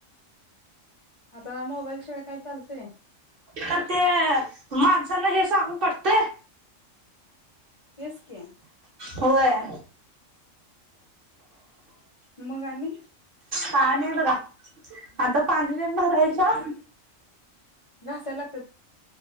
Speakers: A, on the left; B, on the right.
A: आता मोबाईल शिवाय काय चालतंय
B: तर ते मान त्यांना हे सांगून पटतंय.
A: तेचकी.
B: होय.
A: मग आणि
B: काय नाही बगा. आता पानरी तेन भरायचं
A: घासाय लाग